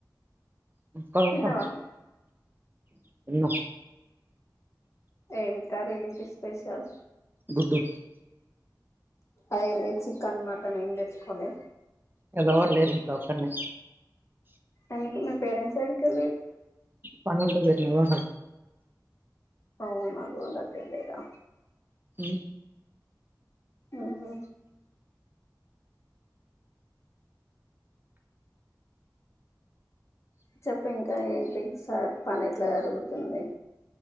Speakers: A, on the right; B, on the left.
A: పక్కకొస్తా
B: తిన్నవా
A: ఉన్న
B: ఏం కర్రీ ఏంటి స్పెషల్
A: గుడ్డు
B: అంది ఏంది చికెన్ మటన్ ఎం తెచ్చుకోలేి
A: ఈయాల ఎవరు లేరు ఇంట్లో ఒక్కడినే
B: ఎందుకు మీ పేరెంట్స్ ఎడికి వెళ్లిరు
A: పని ఉంటే పోయినారు అన్న
B: అవు నాగు ఉండదు తెలీదా
A: ఉ
B: ఉహు చెప్ప ఇంకా ఏంటి సార్ పని ఎట్లా జరుగుతుంది